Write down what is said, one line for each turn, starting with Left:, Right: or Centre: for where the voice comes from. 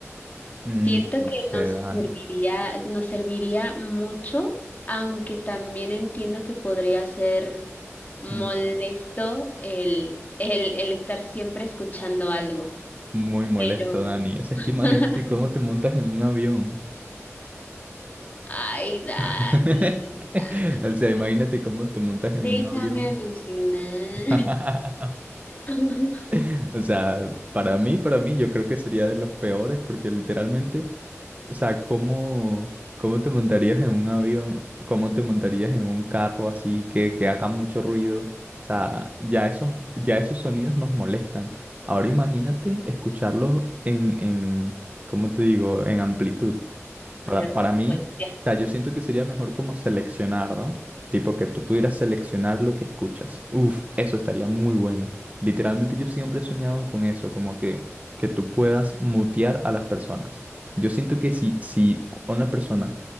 Right: Mm,
Left: siento
Right: no
Left: que
Right: sé,
Left: nos
Right: Dani.
Left: serviría, nos serviría mucho, aunque también entiendo que podría ser molesto
Right: Muy,
Left: el, el, el estar siempre escuchando algo.
Right: muy molesto,
Left: Pero,
Right: Dani. O sea,
Left: <laughs>
Right: es que imagínate cómo te montas en un avión.
Left: ay, Dani,
Right: <laughs>
Left: Dani,
Right: O sea, imagínate cómo te montas en
Left: déjame
Right: un avión.
Left: alucinar.
Right: <laughs>
Left: <laughs>
Right: <laughs> O sea, para mí, para mí, yo creo que sería de los peores porque literalmente, o sea, ¿cómo, cómo te montarías en un avión? ¿Cómo te montarías en un carro así que, que haga mucho ruido? O sea, ya esos, ya esos sonidos nos molestan. Ahora imagínate escucharlos en, en, ¿cómo te digo? En amplitud.
Left: Mayor
Right: Para, para
Left: frecuencia.
Right: mí, o sea, yo siento que sería mejor como seleccionar, ¿no? Tipo que tú pudieras seleccionar lo que escuchas. Uf, eso estaría muy bueno. Literalmente yo siempre he soñado con eso, como que, que tú puedas mutear a las personas. Yo siento que si, si una persona